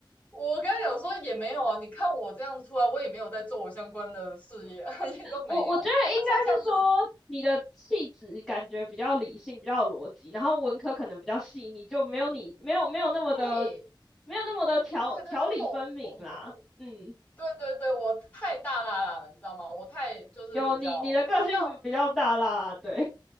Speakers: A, on the left; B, in the centre.
A: 我刚才讲说也没有啊，你看我这样子出来，我也没有在做我相关的事业，<laughs> 也都没有。
B: 我我觉得应该是说你的气质感觉比较理性，
A: 他说这样子，
B: 比较有逻辑，然后文科可能比较细腻，就没有你没有没有那么的
A: 对，
B: 没有那么的条条理分明啦。
A: 对对对，因为我我我
B: 嗯，
A: 对对对，我太大啦啦了，你知道吗？我太就是比较比较，
B: 有你你的个性比较大啦啦，对，